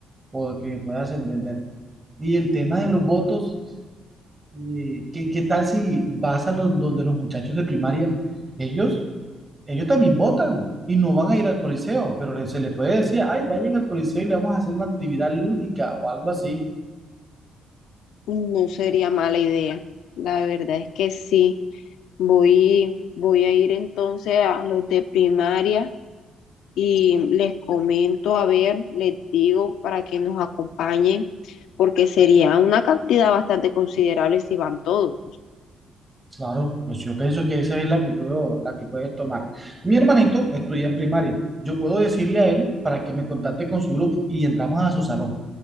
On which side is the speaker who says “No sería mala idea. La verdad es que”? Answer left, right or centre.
Left